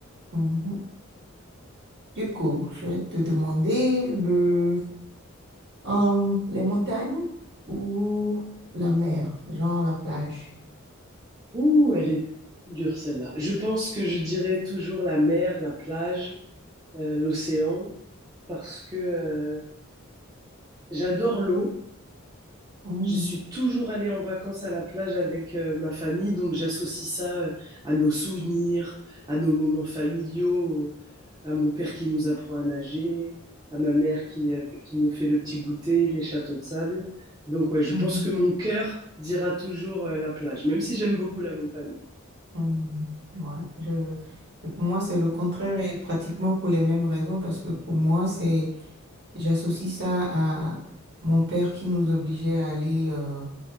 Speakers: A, on the right; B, on the right.
A: mhm. Du coup, je vais te demander le euh, les montagnes ou la mer, genre la plage.
B: Ouh, elle est dure celle-là. Je pense que je dirais toujours la mer, la plage, euh, l'océan, parce que euh, j'adore l'eau.
A: Mhm,
B: Je suis toujours allée en vacances à la plage avec euh, ma famille, donc j'associe ça euh, à nos souvenirs, à nos moments familiaux, à mon père qui nous apprend à nager, à ma mère qui, euh, qui nous fait le petit goûter, les châteaux de sable. Donc ouais, je
A: mhm,
B: pense que mon cœur dira toujours euh, la plage, même si j'aime beaucoup la montagne.
A: mhm. Ouais, je... et pour moi, c'est le contraire et pratiquement pour les mêmes raisons parce que pour moi, c'est j'associe ça à mon père qui nous obligeait à aller euh,